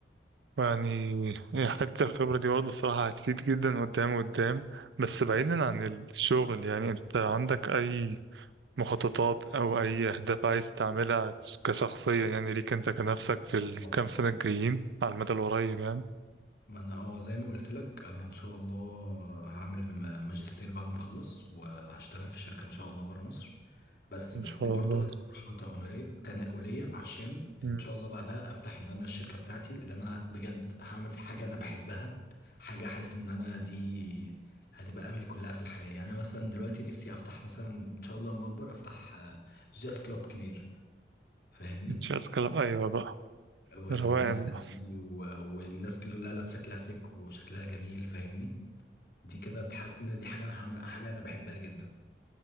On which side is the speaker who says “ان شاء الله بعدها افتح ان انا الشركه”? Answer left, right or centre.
Left